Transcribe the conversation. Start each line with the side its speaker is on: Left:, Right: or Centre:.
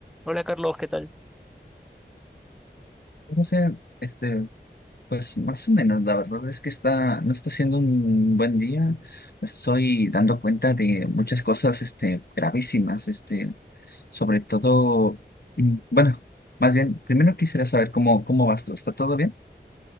Centre: Hola Carlos, ¿qué tal?
Left: No sé, este, pues más o menos, la verdad es que está, no está siendo un buen día. Me Estoy dando cuenta de muchas cosas, este, gravísimas, este, sobre todo, mm, bueno, más bien, primero quisiera saber cómo, cómo vas tú. ¿Está todo bien?